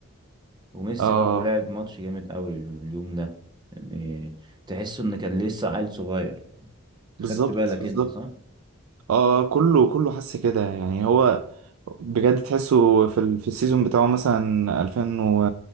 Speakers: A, on the right (about 20°); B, on the right (about 80°).
A: وميسي
B: اه
A: برضو لعب ماتش جامد قوي اليوم ده يعني تحسه ان كان لسه عيل صغير
B: بالظبط
A: خدت بالك
B: بالظبط
A: انت صح
B: اه كله كله حس كده يعني هو بجد تحسه في ال... في السيزون بتاعه مثلا 2000 و